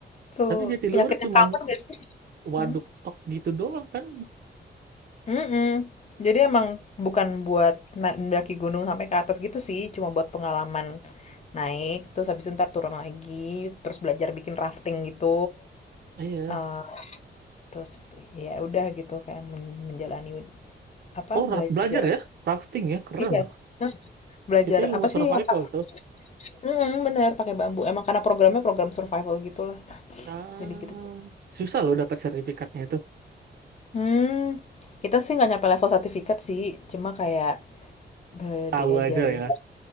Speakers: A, on the left; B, on the right.
A: tuh
B: Tapi Jatiluhur
A: penyakit yang
B: cuman
A: common gak sih?
B: waduk
A: Hmm?
B: tok gitu doang kan.
A: Mm-mm. Jadi emang bukan buat na- mendaki gunung sampai ke atas gitu sih, cuma buat pengalaman Naik, terus habis itu ntar turun lagi, terus belajar bikin rafting gitu.
B: iya.
A: Eh, terus ya udah gitu kayak men- menjalani apa
B: Oh,
A: belajar.
B: raft belajar ya, rafting ya, keren.
A: Iya. Hah, Belajar
B: Itu ilmu
A: apa sih
B: survival
A: yang pak-
B: tuh.
A: Mm-mm, bener pakai bambu. Emang karena programnya program survival gitulah.
B: Ah,
A: Jadi kita
B: susah loh dapat sertifikatnya itu.
A: Hmm, kita sih nggak nyampe level sertifikat sih, cuma kayak eh,
B: Tahu
A: diajarin.
B: aja ya.